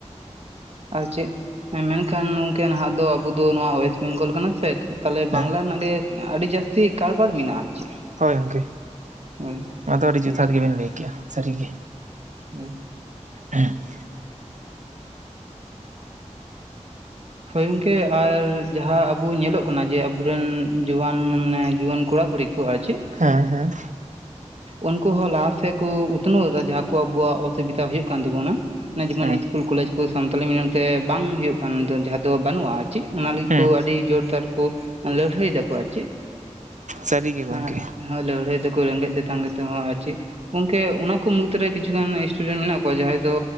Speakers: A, on the right; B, on the right.
A: ᱟᱨ ᱪᱮᱫ? ᱦᱮᱸ ᱢᱮᱱᱠᱷᱟᱱ ᱱᱚᱝᱠᱟ ᱱᱟᱦᱟᱸᱜ ᱫᱚ ᱟᱵᱚ ᱫᱚ ᱱᱚᱣᱟ ᱣᱮᱥ ᱵᱮᱝᱜᱚᱞ ᱠᱟᱱᱟ ᱥᱮ ᱛᱟᱦᱚᱞᱮ ᱵᱟᱝᱞᱟ
B: ᱦᱮᱸ
A: ᱨᱮᱱᱟᱜ ᱜᱮ ᱟᱹᱰᱤ ᱡᱟᱹᱥᱛᱤ ᱠᱟᱨᱵᱟᱨ ᱢᱮᱱᱟᱜᱼᱟ᱾ ᱪᱮᱫ
B: ᱦᱳᱭ ᱜᱚᱢᱠᱮ
A: ᱦᱳᱭ
B: ᱱᱚᱣᱟ ᱫᱚ ᱟᱹᱰᱤ ᱡᱚᱛᱷᱟᱛ
A: ᱟᱪᱪᱷᱟ
B: ᱜᱮᱵᱮᱱ ᱞᱟᱹᱭ ᱠᱮᱜᱼᱟ ᱥᱟᱹᱨᱤᱜᱮ᱾
A: ᱦᱳᱭ
B: ᱦᱮᱸ <unintelligible>
A: ᱦᱳᱭ ᱜᱚᱢᱠᱮ ᱟᱨ ᱡᱟᱦᱟᱸ ᱟᱵᱩ ᱧᱮᱞᱚᱜ ᱠᱟᱱᱟ ᱡᱮ ᱟᱵᱚᱨᱮᱱ ᱡᱩᱣᱟᱱ ᱡᱩᱣᱟᱹᱱ ᱠᱚᱲᱟ ᱠᱩᱲᱤ ᱠᱚ ᱟᱨ ᱪᱮᱫ?
B: ᱦᱮᱸ ᱦᱮᱸ᱾
A: ᱩᱱᱠᱩ ᱦᱚᱸ ᱞᱟᱦᱟᱥᱮᱫ ᱠᱚ ᱩᱛᱱᱟᱹᱣ ᱮᱫᱟ ᱡᱟᱦᱟᱸ ᱠᱚ ᱟᱵᱚᱣᱟᱜ ᱚᱥᱩᱵᱤᱫᱟ ᱦᱩᱭᱩᱜ ᱠᱟᱱ ᱛᱟᱵᱚᱱᱟ᱾ ᱢᱟᱱᱮ ᱡᱮᱢᱚᱱ
B: ᱦᱮᱸ
A: ᱤᱥᱠᱩᱞ ᱠᱚᱞᱮᱡᱽ ᱠᱚ ᱥᱟᱱᱛᱟᱞᱤ ᱢᱤᱰᱤᱭᱟᱢ ᱛᱮ ᱵᱟᱝ ᱦᱩᱭᱩᱜ ᱠᱟᱱ ᱫᱚ᱾ ᱡᱟᱦᱟᱸ ᱫᱚ ᱵᱟᱹᱱᱩᱜᱼᱟ ᱟᱨ ᱪᱮᱫ ᱚᱱᱟ ᱞᱟᱹᱜᱤᱫ
B: ᱦᱮᱸ
A: ᱠᱚ ᱟᱹᱰᱤ ᱡᱳᱨᱫᱟᱨ ᱠᱚ ᱞᱟᱹᱲᱦᱟᱹᱭ ᱫᱟᱠᱚ ᱟᱨ ᱪᱮᱫ?
B: ᱥᱟᱹᱨᱤᱜᱮ ᱜᱚᱝᱠᱮ
A: ᱦᱮᱸ ᱞᱟᱹᱲᱦᱟᱹᱭ ᱫᱚᱠᱚ ᱨᱮᱸᱜᱮᱡ ᱛᱮᱛᱟᱝ ᱜᱮᱛᱮ ᱦᱚᱸ ᱟᱨ ᱪᱮᱫ᱾ ᱜᱚᱝᱠᱮ ᱚᱱᱟ ᱠᱚ ᱢᱩᱫᱽᱨᱮ ᱠᱤᱪᱷᱩᱜᱟᱱ ᱥᱴᱩᱰᱮᱱᱴ ᱢᱮᱱᱟᱜ ᱠᱚᱣᱟ ᱡᱟᱦᱟᱸᱭ ᱫᱚᱻ